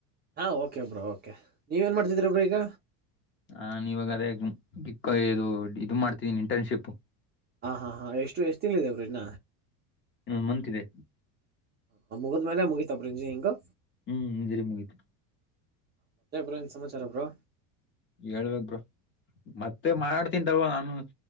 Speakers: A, on the right; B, on the left.
A: ಹಾ ಓಕೆ ಬ್ರೋ ಓಕೆ ನೀವೇಏನ್ ಮಾಡ್ತಿದೀರಾ ಬ್ರೋ ಬ್ರ ಈಗ
B: ಹಾ ನೀವಾಗ ಅದೇಕ್ಕ ಇದು ಇದು ಮಾಡ್ತಿದೀನಿ ಇಂಟರ್ನ್ಶಿಪ್
A: ಹ ಹಾ ಹಾ ಎಷ್ಟು ಎಷ್ಟು ತಿಂಗಳು ಇದೆ ಬ್ರೋ ಇನ್
B: ಹ್ಮ ಮಂತಿದೆ
A: ಹ ಮುಗುದ್ಮೇಲೆ ಮುಗಿತ ಬ್ರಿಂಜಿಯಿಂಗು
B: ಹ್ಮ್ ಇಂಜರಿ ಮುಗಿತು
A: ಮತ್ತೆ ಬ್ರೋ ಏನ್ ಸಮಾಚಾರ ಬ್ರೋ
B: ಹೇಳ್ಬೇಕ್ ಬ್ರೋ ಮತ್ತೆ ಮಾಡ್ತನ್ ತಗೊ ನಾನು